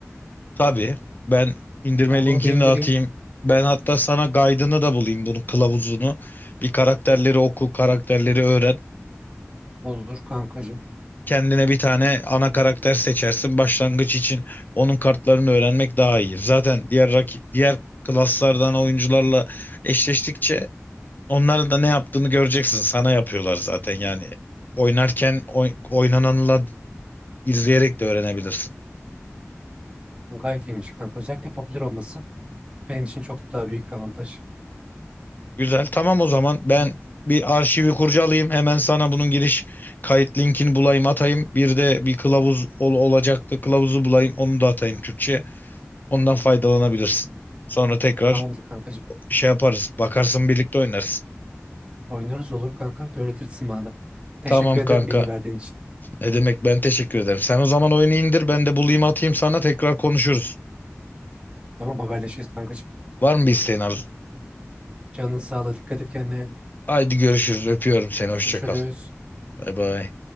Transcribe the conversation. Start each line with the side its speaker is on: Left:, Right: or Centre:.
Left: Tabii ben indirme
Right: Ben
Left: linkini
Right: bunu bir indireyim.
Left: de atayım. Ben hatta sana guide'ını da bulayım bunun kılavuzunu. Bir karakterleri oku, karakterleri öğren.
Right: Olur kankacığım.
Left: Kendine bir tane ana karakter seçersin. Başlangıç için onun kartlarını öğrenmek daha iyi. Zaten diğer rakip, diğer klaslardan oyuncularla eşleştikçe onların da ne yaptığını göreceksin. Sana yapıyorlar zaten yani. Oynarken oy- oynananla izleyerek de öğrenebilirsin.
Right: Gayet iyiymiş kanka. Özellikle popüler olması benim için çok daha büyük bir avantaj.
Left: Güzel. Tamam o zaman ben
Right: O zaman
Left: bir arşivi kurcalayayım. Hemen sana bunun giriş kayıt linkini bulayım atayım. Bir de bir kılavuz ol- olacaktı. Kılavuzu bulayım onu da atayım Türkçe. Ondan faydalanabilirsin. Sonra tekrar
Right: tamamdır kankacığım.
Left: şey yaparız. Bakarsın birlikte oynarız.
Right: Oynarız olur kanka. Öğretirsin bana da. Teşekkür
Left: Tamam
Right: ederim
Left: kanka.
Right: bilgi verdiğin için.
Left: Ne demek ben teşekkür ederim. Sen o zaman oyunu indir ben de bulayım atayım sana tekrar konuşuruz.
Right: Tamam haberleşiriz kankacığım.
Left: Var mı bir isteğin Arzu?
Right: Canın sağlığı. Dikkat et kendine.
Left: Haydi görüşürüz. Öpüyorum seni. Hoşça
Right: Görüşürüz.
Left: kal. Bay bay.